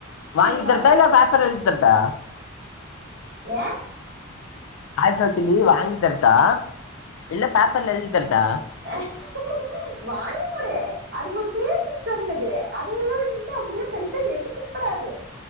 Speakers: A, on the right (about 50°); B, on the left (about 75°).
A: சில்லி
B: வாங்கி
A: மேல
B: தரட்டா இல்ல பேப்பர்ல எழுதி தரட்டா
A: ஏ
B: காலிஃபிளவர் சில்லி வாங்கி தரட்டா இல்ல பேப்பர்ல எழுதி தரட்டா
A: ஆஹ வாங்கி குடு அது ஒரு பேச்சுக்கு சொன்னது அதயே எல்லா வந்ட்டு அப்டியே பெருச்சா எடுத்துக் கூடாது